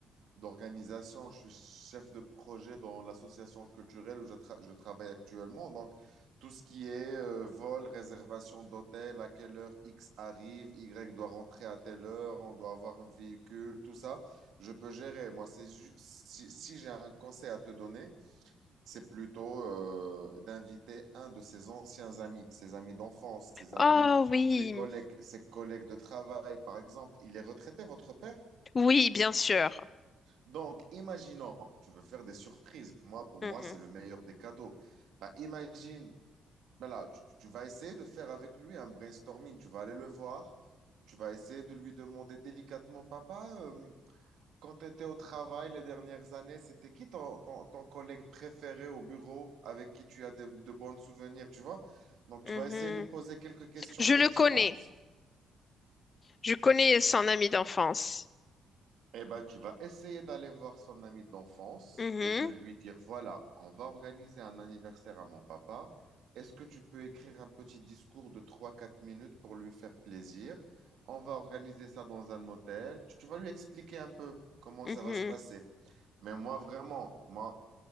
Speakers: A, on the right; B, on the left.
A: d'organisation, je suis chef de projet dans l'association culturelle où je, tra- je travaille actuellement. Donc, tout ce qui est euh, vol, réservation d'hôtel, à quelle heure X arrive, Y doit rentrer à telle heure, on doit avoir un véhicule, tout ça, je peux gérer. Moi, c'est ju- si, si j'ai un conseil à te donner, c'est plutôt euh, d'inviter un de ses anciens amis, ses amis d'enfance, ses amis,
B: Oh oui,
A: ses collègues, ses collègues de travail, par exemple. Il est retraité, votre père?
B: oui, bien sûr.
A: Donc, imaginons, tu veux faire des surprises. Moi, pour
B: Mhm.
A: moi, c'est le meilleur des cadeaux. Bah, imagine, voilà, tu, tu vas essayer de faire avec lui un brainstorming. Tu vas aller le voir. Tu vas essayer de lui demander délicatement, papa, euh, quand tu étais au travail les dernières années, c'était qui ton, ton- ton collègue préféré au bureau avec qui tu as de, de bons souvenirs, tu vois? Donc,
B: Mhm.
A: tu vas essayer de poser quelques questions
B: Je
A: pertinentes
B: le connais. Je connais son ami d'enfance.
A: Eh ben, tu vas essayer d'aller voir son ami d'enfance
B: Mhm.
A: et de lui dire, voilà, on va organiser un anniversaire à mon papa. Est-ce que tu peux écrire un petit discours de trois quatre minutes pour lui faire plaisir? On va organiser ça dans un hôtel. Tu, tu vas lui expliquer un peu comment
B: Mhm.
A: ça va se passer. Mais moi, vraiment, moi,